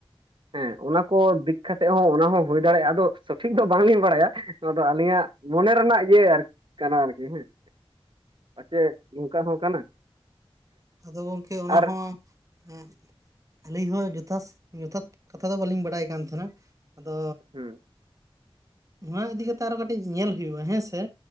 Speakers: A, on the right (about 55°); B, on the right (about 35°).
A: ᱦᱮᱸ ᱚᱱᱟ ᱠᱚ ᱫᱤᱠ ᱠᱟᱛᱮᱫ ᱦᱚᱸ ᱚᱱᱟ ᱦᱚᱸ ᱦᱩᱭ ᱫᱟᱲᱮᱭᱟᱜᱼᱟ ᱟᱫᱚ ᱥᱚᱴᱷᱤᱠ ᱫᱚ ᱵᱟᱝᱞᱤᱧ ᱵᱟᱲᱟᱭᱟ ᱱᱚᱣᱟ ᱫᱚ ᱟᱹᱞᱤᱧᱟᱜ ᱢᱚᱱᱮ ᱨᱮᱱᱟᱜ ᱤᱭᱟᱹ ᱟᱨ ᱠᱟᱱᱟ ᱟᱨᱠᱤ ᱦᱮᱸ ᱯᱟᱪᱮᱫ ᱱᱚᱝᱠᱟ ᱦᱚᱸ ᱠᱟᱱᱟ,
B: ᱟᱫᱚ ᱜᱚᱝᱠᱮ ᱚᱱᱟ
A: ᱟᱨ
B: ᱦᱚᱸ ᱦᱮᱸ ᱟᱹᱞᱤᱧ ᱦᱚᱸ ᱡᱚᱛᱷᱟᱛ ᱡᱚᱛᱷᱟᱛ ᱠᱟᱛᱷᱟ ᱫᱚ ᱵᱟᱹᱞᱤᱧ ᱵᱟᱰᱟᱭ ᱠᱟᱱ ᱛᱟᱦᱮᱱᱟ ᱟᱫᱚ
A: ᱦᱮᱸ
B: ᱱᱚᱣᱟ ᱤᱫᱤ ᱠᱟᱛᱮᱜ ᱟᱨᱚ ᱠᱟᱹᱴᱤᱡ ᱧᱮᱞ ᱦᱩᱭᱩᱜᱼᱟ ᱦᱮᱸᱥᱮ